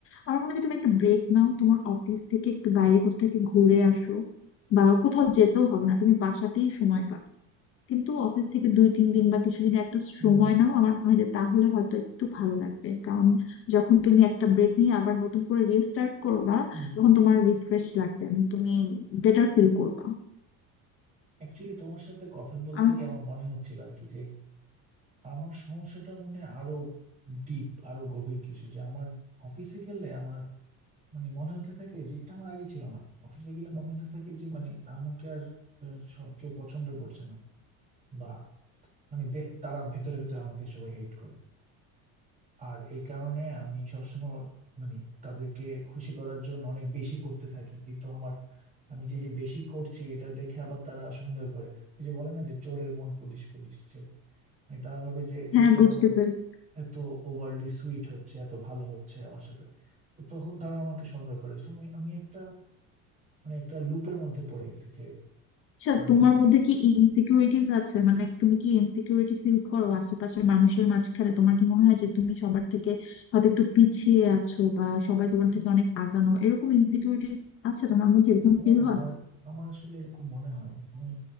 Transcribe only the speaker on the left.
আমার মনে হয় যে তুমি একটা ব্রেক নাও তোমার অফিস থেকে একটু বাইরে কোথাও থেকে ঘুরে আসো বা কোথাও যেতেও হবে না তুমি বাসাতেই সময় কাটাও কিন্তু অফিস থেকে দুই তিন দিন বা কিছুদিন একটা
সময় নাও আমার মনে হয় যে তাহলে হয়তো একটু ভালো লাগবে কারণ যখন তুমি একটা ব্রেক নিয়ে আবার নতুন করে রিস্টার্ট করবা
তখন তোমার রিফ্রেশ লাগবে এবং তুমি বেটার ফিল করবা
আর
হ্যাঁ
বুঝতে পেরেছি
আচ্ছা
তোমার মধ্যে কি ইনসিকিউরিটিজ আছে মানে তুমি কি ইনসিকিউরিটি ফিল করো আশেপাশের মানুষের মাঝখানে তোমার কি মনে হয় যে তুমি সবার থেকে হয়তো একটু পিছিয়ে আছো বা সবাই তোমার থেকে অনেক আগানো এরকম ইনসিকিউরিটিজ আছে তোমার মধ্যে এরকম
ফিল হয়